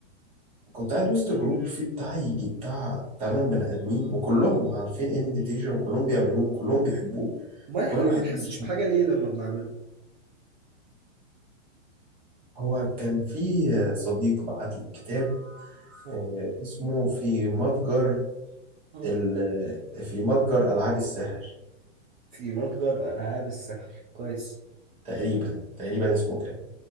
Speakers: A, on the right; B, on the right.
A: كنت قاعد وسط جروب فيه بتاع يجي بتاع تمن بني آدمين وكلهم عارفين إيه مديتيشن وكلهم بيعملوه وكلهم بيحبوه
B: امال احنا
A: وانا
B: ما
A: الوحيد
B: بنحسش
A: اللي مش
B: بحاجه
A: عارف.
B: ليه لما بنعمله
A: هو كان في صديق بعت لي كتاب
B: اه
A: آه، اسمه في متجر
B: اه
A: ال... في متجر العاب السحر
B: في متجر العاب السحر كويس
A: تقريبا تقريبا اسمه كده